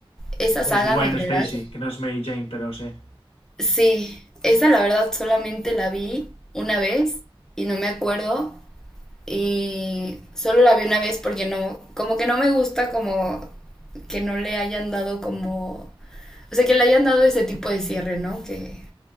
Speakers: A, in the centre; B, on the left (about 85°).
A: esa
B: que
A: saga,
B: es Gwen
A: ¿me creerás?
B: Stacy, que no es Mary Jane, pero sí.
A: Sí, esa la verdad solamente la vi una vez y no me acuerdo y solo la vi una vez porque no, como que no me gusta como que no le hayan dado como, o sea, que le hayan dado ese tipo de cierre, ¿no? Que,